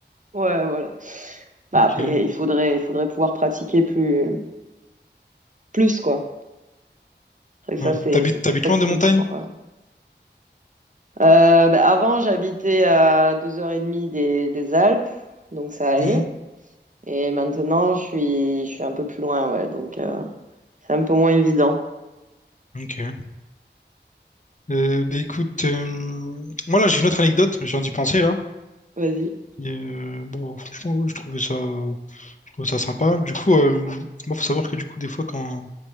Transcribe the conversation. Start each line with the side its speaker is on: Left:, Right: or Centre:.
Right: Ouais, voilà. Bah,
Left: Ok.
Right: après, il faudrait, il faudrait pouvoir pratiquer plus, plus quoi. C'est vrai que
Left: Ouais.
Right: ça, c'est,
Left: T'habites,
Right: c'est
Left: t'habites
Right: plus facile
Left: loin des montagnes?
Right: pour. euh. Euh, bah, avant, j'habitais à 2h30 des, des Alpes, donc ça allait.
Left: Hmm.
Right: Et maintenant, je suis, je suis un peu plus loin, ouais, donc euh, c'est un peu moins évident.
Left: Ok. Euh, bah écoute, euh, moi là j'ai une autre anecdote, j'ai viens d'y penser là.
Right: Vas-y.
Left: Et, euh, bon, franchement, ouais, je trouvais ça, je trouvais ça sympa. Du coup, euh, moi faut savoir que du coup, des fois quand.